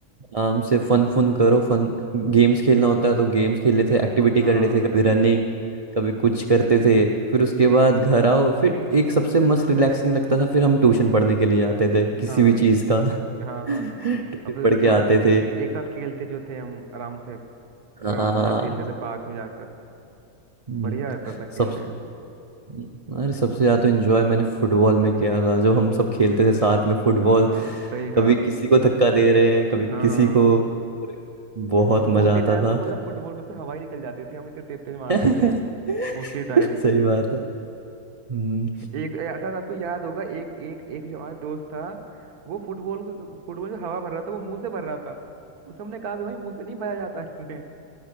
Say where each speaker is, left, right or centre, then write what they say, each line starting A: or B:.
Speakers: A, on the right; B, on the right.
A: आराम से फन फन करो फन गेम्स खेलना होता है तो गेम्स खेल लेते थे एक्टिविटी
B: हाँ
A: कर लेते थे कभी रनिंग कभी कुछ करते थे फिर उसके बाद घर आओ फिर एक सबसे मस्त रिलैक्सिंग लगता था फिर हम ट्यूशन पढ़ने के लिए आते थे किसी
B: हाँ
A: भी चीज़ का
B: हाँ हाँ
A: <laughs> ट्यूशन
B: हाँ और फिर
A: पढ़
B: उसके
A: के
B: बाद
A: आते
B: हम
A: थे
B: एक साथ खेलते जो थे हम आराम से
A: हाँ,
B: ग्राउंड में जा खेलते थे पार्क में जाकर
A: हम्म,
B: बढ़िया लगता था
A: सब
B: खेलने में
A: अरे सबसे ज्यादा तो एंजॉय मैंने फुटबॉल में किया था जब हम सब खेलते थे साथ में फुटबॉल
B: हाँ सही कहा
A: कभी
B: हाँ
A: किसी को धक्का दे रहे हैं कभी
B: हाँ, हाँ।
A: किसी को अरे, बहुत
B: और मोस्टली
A: मजा आता
B: टाइम
A: था
B: तो मतलब फुटबॉल में से हवा ही निकल जाती थी हम इतने तेज तेज मारते
A: <laughs>
B: थे मोस्टली टाइम
A: सही बात है हम्म,
B: एक शायद आपको याद होगा एक एक एक जो हमारा दोस्त था वो फुटबॉल को फुटबॉल जो हवा भर रहा था वो मुंह से भर रहा था उसे हमने कहा भी भाई मुंह से नहीं भरा जाता इसमें